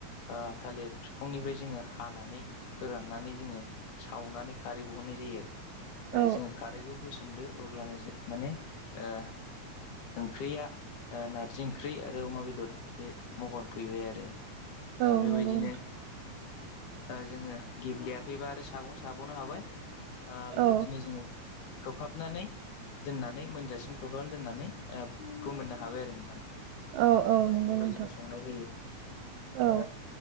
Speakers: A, on the left; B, on the right.
A: ओ थालिर बिखांनिफ्राय जोङो हानानै फोराननानै जोङो सावनानै खारै बहरनाय जायो आरो
B: औ
A: जोङो खारैखौ होसनदो। अब्लाजों माने ओ ओंख्रिया नारजि ओंख्रि आरो अमा बेदर बे महर फैबाय आरो ओ
B: औ
A: बेबायदिनो
B: नंगौ नोंथां
A: जोङो गेब्लेयाखैबा आरो सागं साबावनो हाबाय बेबायदिनो
B: औ
A: जोङो खोबहाबनानै दोननानै मोनजासिम खोबहाबनानै दोननानै फोमोननो हाबाय आरो नोंथां।
B: औ औ नंगौ
A: आरो बेबायदिनो
B: नोंथां
A: संनाय जायो
B: औ
A: ओ